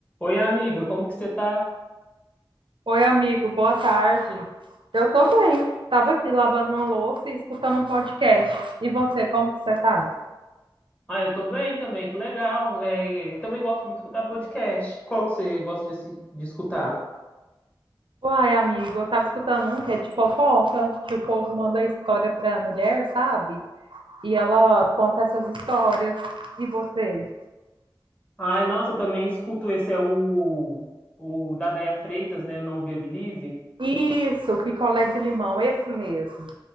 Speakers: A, on the left; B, on the right.
A: Oi, amiga, como que você tá?
B: Oi, amigo, boa tarde. Eu tô bem. Tava aqui lavando uma louça e escutando um podcast. E você, como que você tá?
A: Ah, eu tô bem também, que legal. É, eu também gosto muito de escutar podcast. Qual que você gosta de, assi- de escutar?
B: Uai, amigo, eu tava escutando um que é de fofoca, que o povo manda história pra mulher, sabe? E ela conta essas histórias. E você?
A: Ai, nossa, eu também escuto. Esse é o, o da Déia Freitas, né? Não Viabilize.
B: Isso, picolé de limão, esse mesmo.